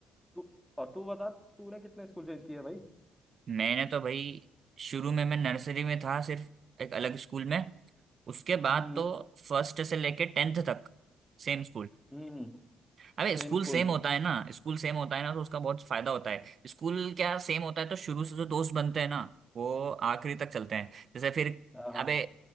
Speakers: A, in the centre; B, on the right.
A: तू और तू बता तूने कितने स्कूल चेंज किए भाई
B: मैंने तो भाई शुरू में मैं नर्सरी में था सिर्फ एक अलग स्कूल में उसके बाद
A: हम्म
B: तो फर्स्ट से लेके टेंथ तक सेम स्कूल
A: हम्म
B: अरे
A: Same
B: स्कूल
A: school
B: सेम होता है ना स्कूल सेम होता है ना तो उसका बहुत फायदा होता है स्कूल क्या सेम होता है तो शुरू से जो दोस्त बनते हैं ना वो आखिरी तक चलते हैं जैसे फिर
A: हाँ
B: अबे